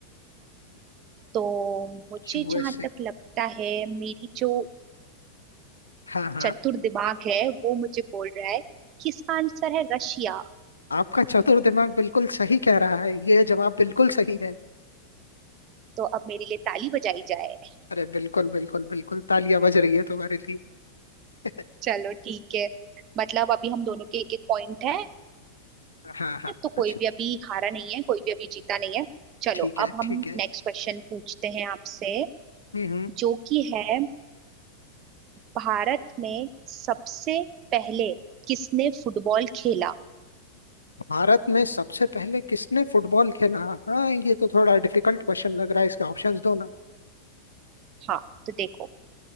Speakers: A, on the right; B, on the left.
A: तो मुझे
B: यूएसए
A: जहां तक लगता है मेरी जो
B: हाँ हाँ
A: चतुर दिमाग है वो मुझे बोल रहा है कि इसका आंसर है रशिया
B: आपका चतुर दिमाग बिल्कुल सही कह रहा है ये जवाब बिल्कुल सही है
A: तो अब मेरे लिए ताली बजाई जाए
B: अरे बिल्कुल बिल्कुल बिल्कुल तालियां बज रही है तुम्हारे लिए <laughs>
A: चलो ठीक है मतलब अभी हम दोनों के एक एक पॉइंट है
B: हाँ हाँ
A: तो कोई
B: अच्छा
A: भी अभी हारा नहीं है कोई भी अभी जीता नहीं है चलो
B: ठीक है
A: अब हम
B: ठीक है
A: नेक्स्ट क्वेश्चन पूछते हैं आपसे
B: हम्म हम्म।
A: जो कि है भारत में सबसे पहले किसने फुटबॉल खेला
B: भारत में सबसे पहले किसने फुटबॉल खेला हाँ ये तो थोड़ा डिफिकल्ट क्वेश्चन लग रहा है इसके ऑप्शंस दो ना
A: हाँ तो देखो